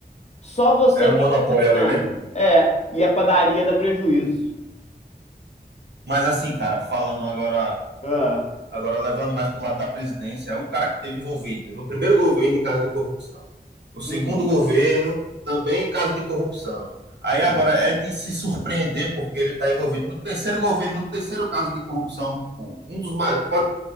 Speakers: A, on the left; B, on the right.
A: Só você
B: É o
A: vende
B: monopólio
A: quitanda.
B: ali, né?
A: É, e a padaria dá prejuízo.
B: Mas assim, cara, falando agora,
A: Ah,
B: agora levando mais pro lado da presidência, é o cara que esteve envolvido no primeiro governo em caso de corrupção. No segundo
A: uhum,
B: governo, também em caso de corrupção. Aí
A: sim.
B: agora é de se surpreender porque ele está envolvido no terceiro governo, no terceiro caso de corrupção, tipo, um dos mais, pode,